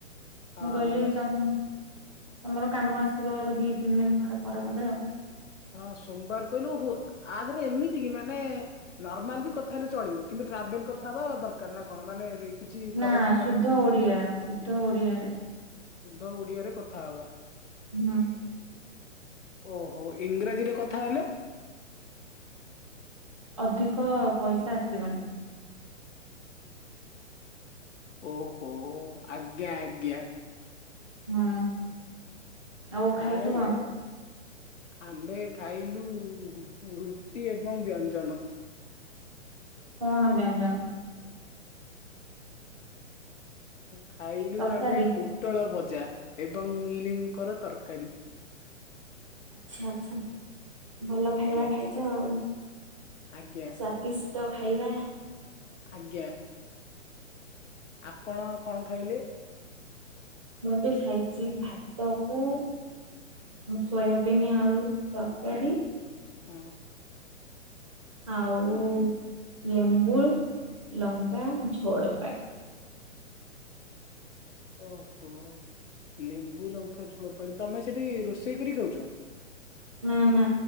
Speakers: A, on the left; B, on the right.
A: ହଁ
B: ମୁଁ କହିଲି
A: ଆମର ଆସିବ
B: ତ ତମର କାମ ଆସିବ ଦି ତିନି ଦିନ ଖଣ୍ଡେ ପରେ ବୋଧେ ଆଉ।
A: ହଁ ସୋମବାର କହିଲୁ, ଆଧେରେ ଏମିତି କି ମାନେ ନର୍ମାଲ ବି କଥା ହେଲେ ଚଳିବ କିନ୍ତୁ ଟ୍ରାଭେଲ କଥା ହବା ଦରକାର ନା କଣ ମାନେ କିଛି ପ୍ରଡକ୍ଟ
B: ନା ଶୁଦ୍ଧ
A: ମାନେ
B: ଓଡିଆ, ଶୁଦ୍ଧ ଓଡିଆରେ।
A: ସୁଦ୍ଧ ଓଡିଆରେ କଥା ହବା।
B: ହୁଁ
A: ଓହୋ, ଇଂରାଜୀରେ କଥା ହେଲେ?
B: ଅଧିକ ପଇସା ଆସିବନି।
A: ଓହୋ ଆଜ୍ଞା ଆଜ୍ଞା।
B: ହୁଁ ଆଉ
A: କା
B: ଖାଇଛୁ
A: ଏଲେ।
B: କଣ
A: ଆମ୍ଭେ ଖାଇଲୁ ରୁଟି ଏବଂ ବ୍ୟଞ୍ଜନ।
B: କଣ ବ୍ୟଞ୍ଜନ?
A: ଖାଇଲୁ
B: ତରକାରୀ
A: ଆମେ ପୋଟଳ ଭଜା ଏବଂ ମିଲମିକର ତରକାରୀ।
B: ଆଛା ଆଛା, ଭଲ
A: ଆଜ୍ଞା
B: ଖାଇବା ଖାଇଛ ଆଉ।
A: ଆଜ୍ଞା
B: ସ୍ଵାଦିଷ୍ଟ ଖାଇବା
A: ଆଜ୍ଞା। ଆପଣ କଣ ଖାଇଲେ?
B: ମୁଁ ଏବେ ଖାଇଛି ଭାତ କୁ ସୋୟାବିନ୍ ଆଳୁ ତରକାରୀ।
A: ହୁଁ
B: ଆଉ ଲେମ୍ବୁ, ଲଙ୍କା ଝୋଳ ପାଣି।
A: ଓହୋ ଲେମ୍ବୁ ଲଙ୍କା ଝୋଳ ପାଣି, ତମେ ସେଠି ରୋଷେଇ କର ଖାଉଛ?
B: ନା ନା